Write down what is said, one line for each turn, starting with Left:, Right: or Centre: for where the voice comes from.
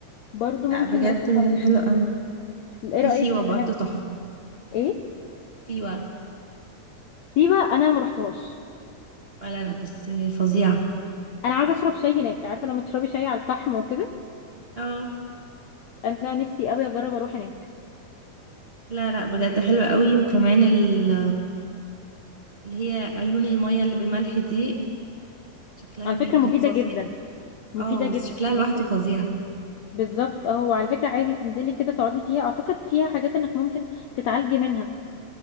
Left: برضه ممكن
Right: لا بجد
Left: نروح نصور
Right: حلو قوي
Left: ايه
Right: وفي
Left: رأيك
Right: سيوه
Left: في
Right: برضو
Left: مح-
Right: تحفه
Left: ايه
Right: سيوه
Left: سيبة انا ما رحتهاش
Right: ولا انا بس فظيعه
Left: انا عايزة اشرب شاي هناك عارفة لما تشربي شاي على الفحم وكده
Right: اه
Left: انا نفسي قوي اجرب اروح هناك
Right: لا لا بجد حلوة قوي وكمان ال- اللي هي عيون المية اللي بالملح دي شكلها
Left: على
Right: بيكون
Left: فكرة مفيدة
Right: فظيع
Left: جدا مفيدة
Right: اه
Left: جدا
Right: شكلها لوحده
Left: انك تن-
Right: فظيع
Left: بالظبط اه وعلى فكرة عادي تنزلي كده تقعدي فيها اعتقد فيها حاجات انك ممكن تتعالجي منها